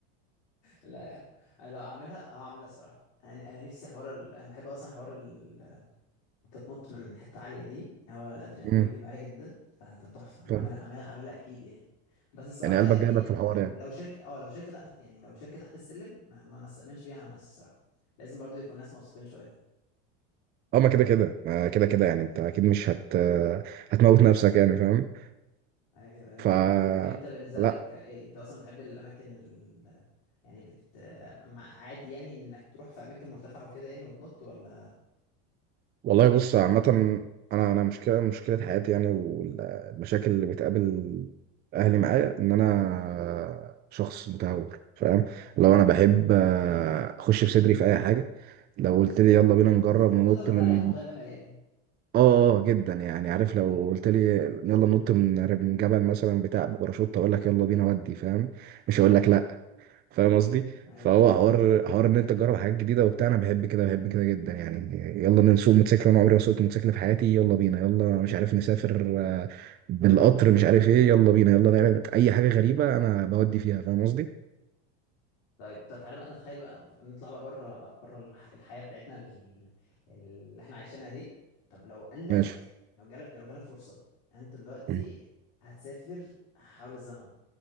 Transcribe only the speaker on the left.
لا يا عم انا لو هعملها هعملها الصراحه انا انا نفسي حوار ال... انا بحب اصلا حوار ال... انت تنط من حته عاليه دي هو الادرينالين
بيبقى عالي جدا فتبقى تحفه انا
عاملها عاملها عاملها اكيد يعني بس الصراحه
يعني
يعني
لو
لو شركه اه لو شركه تحت يعني لو شركه تحت السلم ما ما ما استأمنش فيها على نفسي الصراحه لازم برضو يكون ناس موثوقين شويه
ايوه
ايوه ايوه
لا انت بالنسبه
لك ايه انت اصلا بتحب الاماكن ال... يعني بت مع- عادي يعني انك تروح في اماكن مرتفعه وكده يعني وتنط ولا
مش
هتقبل
حلو
نور-
نقدر نقول
عليها مغامر يعني
ايوه
ايوه
ايوه
ط-
طيب طب تعالى بقى نتخيل بقى ف- نطلع بقى بره بره الح- الحياة بتاعتنا ال- اللي احنا عايشينها دي طب لو قال لك
لو جالك لو جالك فرصة انت دلوقتي
هتسافر حول الزمن